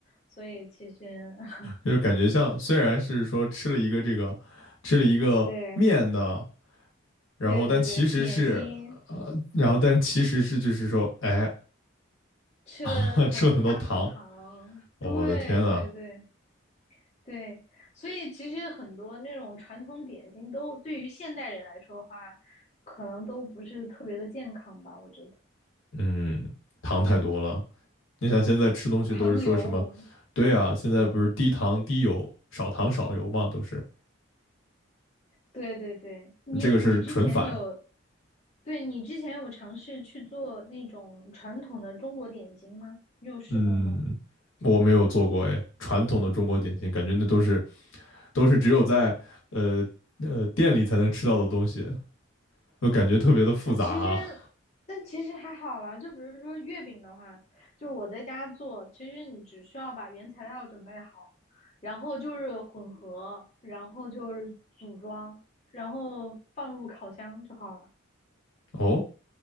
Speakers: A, on the left; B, on the left.
A: 所以其实 <laughs>
B: 就是感觉像虽然是说吃了一个这个，吃了一个面的，
A: 对，
B: 然后但其实是呃，
A: 对对对，点心
B: 然后但其实是就是说，哎，
A: 吃了可能一大口糖，
B: <laughs> 吃了很多糖，我的天啊，
A: 对对对对，所以其实很多那种传统点心都对于现代人来说的话，可能都不是特别的健康吧，我觉得
B: 嗯，糖太多了。你想现在吃东西都是说什么？
A: 糖油，
B: 对啊，现在不是低糖低油、
A: 嗯，
B: 少糖少油嘛，都是
A: 对对对，你你之前有，
B: 你这个是纯反，
A: 对你之前有尝试去做那种传统的中国点心吗？你有试过吗？
B: 嗯，我没有做过哎，传统的中国点心，感觉那都是都是只有在呃呃店里才能吃到的东西，都感觉特别的复杂啊。
A: 但其实，但其实还好啦。就比如说月饼的话，就是我在家做，其实你只需要把原材料准备好，然后就是混合，然后就是组装，然后放入烤箱就好了。
B: 哦，